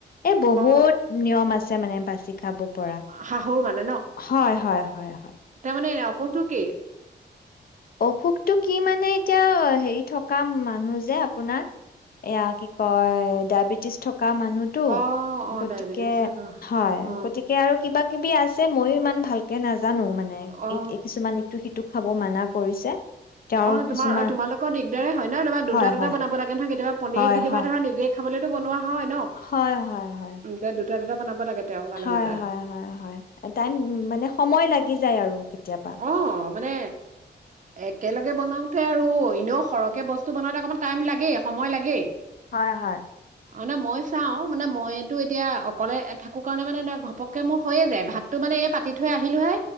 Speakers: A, on the left (about 55°); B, on the right (about 45°).
A: এ বহুত
B: অ
A: নিয়ম আছে। ছে মানে বাচি খাবু। পৰা
B: শাহুৰ মানে ন
A: হয়, হয়। হয়
B: তাৰমানে অশোকটো কি
A: অসুখতটো কি মানে এতিয়া হেৰি থকা মানুহ যে আপোনাৰ এয়া কি কয় ডায়বেটিছ থক থকা মানুহতো
B: অ অ
A: গতিকে
B: ডায়েবেটিছ থকা
A: হয়
B: অ
A: গতিকে আৰু কিবা কিবি আছে ময়ো ইমান ভালকে নাজান জানো মানে
B: অ
A: এক ইটো সিটো খাব মানা কৰিছে তেওঁৰ
B: অ তোমাৰ
A: কিছুমান
B: তোমালোকৰ দিগদাৰে হয় ন তোমাৰা দুটা
A: হয়
B: দুটা
A: হয়
B: বনাব লাগে নহয় কেতিয়াবা পনীৰ
A: হয়
B: কেতিয়াবা
A: হয়
B: ধৰা নিজে খাবলৈতো বনোৱা হয় ন
A: হয় হয় হয়
B: দু দূটা দূটা বনাব লাগে তেওঁৰ কাৰণেও
A: হয়,
B: এটা
A: হয়, হয়, হয় টাইম মানে সময় লাগি যায় আৰু। কেতিয়াবা
B: অ মানে একেলগে বনাও ত' আৰু এনেও সৰহকে বস্তু বনতে অকমান টাইম লাগে সময় লাগেই।
A: হয়, হয়।
B: অ', নাই মই চাওঁ মানে মইতো এতিয়া অকলে থাকোঁ কাৰণে মানে ঘপককৈ মোৰ হৈয়ে যায় ভাতটো মানে এই পাতি থৈ আহিলোহে।